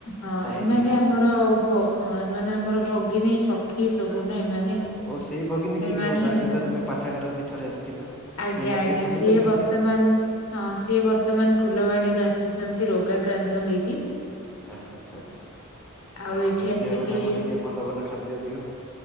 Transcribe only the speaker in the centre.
ସାହି
ଝିଅ ମାନେ।
ଓହୋ ସେଇ ଭଗିନୀ
କି ଯୋଉ ଯାହା
ସହିତ ତୁମେ ପାଠାଗାର ବି ଥରେ ଆସିଥିଲ।
ସିଏ ମଧ୍ୟ
ସାମିଲ
ଅଛନ୍ତି
କି?
ଆଛା ଆଛା ଆଛା
ହଁ
ନିହାତି
ଭାବେ ତାଙ୍କୁ ଟିକେ ଭଲ ଭଲ ଖାଦ୍ୟ ଦିଅ।